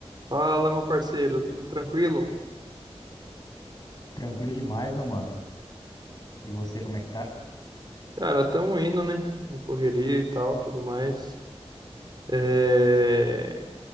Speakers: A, on the right; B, on the left.
A: Fala, meu parceiro, tudo tranquilo?
B: Tranquilo demais, meu mano. E você, como é que tá?
A: Cara, tamo indo, né? Na correria e tal, tudo mais. É...